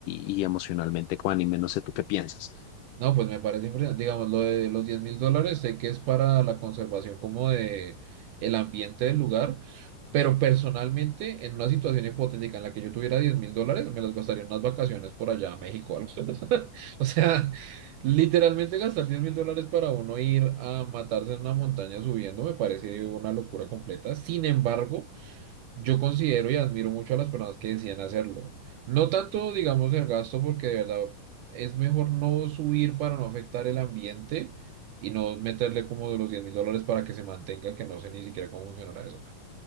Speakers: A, on the left (about 75°); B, on the right (about 75°).
A: y emocionalmente ecuánime. No sé tú qué piensas.
B: No, pues me parece impresionante. Digamos, lo de los diez mil dólares, sé que es para la conservación como de el ambiente del lugar, pero personalmente, en una situación hipotética en la que yo tuviera diez mil dólares, me las gastaría en unas vacaciones por allá a México. o algo. <laughs> O sea, literalmente gastar diez mil dólares para uno ir a matarse en una montaña subiendo me parece una locura completa. Sin embargo, yo considero y admiro mucho a las personas que decían hacerlo. No tanto, digamos, el gasto, porque de verdad es mejor no subir para no afectar el ambiente y no meterle como de los diez mil dólares para que se mantenga, que no sé ni siquiera cómo funcionará eso.